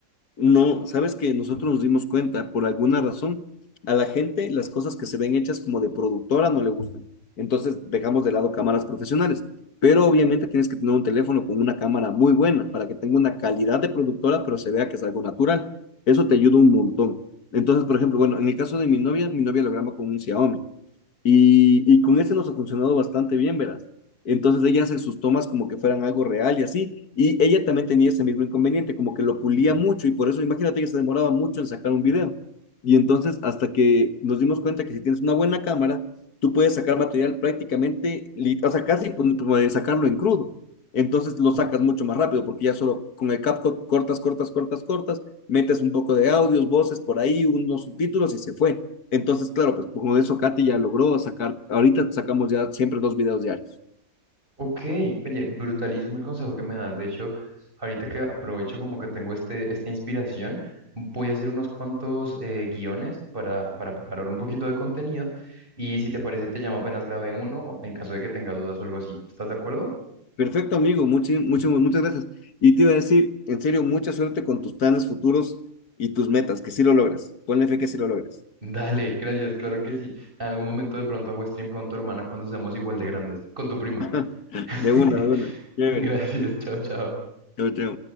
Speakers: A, on the left (about 65°); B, on the right (about 30°).
A: No, sabes que nosotros nos dimos cuenta, por alguna razón, a la gente las cosas que se ven hechas como de productora no le gustan. Entonces dejamos de lado cámaras profesionales. Pero obviamente tienes que tener un teléfono con una cámara muy buena para que tenga una calidad de productora, pero se vea que es algo natural. Eso te ayuda un montón. Entonces, por ejemplo, bueno, en el caso de mi novia, mi novia lo graba con un Xiaomi. Y, y con ese nos ha funcionado bastante bien, verás. Entonces ella hace sus tomas como que fueran algo real y así. Y ella también tenía ese mismo inconveniente, como que lo pulía mucho y por eso imagínate que se demoraba mucho en sacar un video. Y entonces hasta que nos dimos cuenta que si tienes una buena cámara, tú puedes sacar material prácticamente, li- o sea, casi pues, puedes sacarlo en crudo. Entonces lo sacas mucho más rápido porque ya solo con el CapCut cortas, cortas, cortas, cortas, metes un poco de audios, voces por ahí, unos subtítulos y se fue. Entonces, claro, pues como eso Katy ya logró sacar, ahorita sacamos ya siempre dos videos diarios.
B: Ok, oye, brutalísimo el consejo que me das. De hecho, ahorita que aprovecho como que tengo este, esta inspiración, voy a hacer unos cuantos eh, guiones para, para preparar un poquito de contenido y si te parece te llamo apenas grabe uno en caso de que tenga dudas o algo así. ¿Estás de acuerdo?
A: Perfecto, amigo, muchas, muchas, muchas gracias. Y te iba a decir, en serio, mucha suerte con tus planes futuros y tus metas, que sí lo logras. Ponle fe
B: <laughs>
A: que sí lo logras.
B: Dale, gracias, claro que sí. En algún momento de pronto hago stream con tu hermana cuando seamos igual de grandes, con tu prima.
A: <laughs>
B: <laughs>
A: De una, de una. Chévere.
B: <laughs> Gracias, chao, chao.
A: Chao, chao.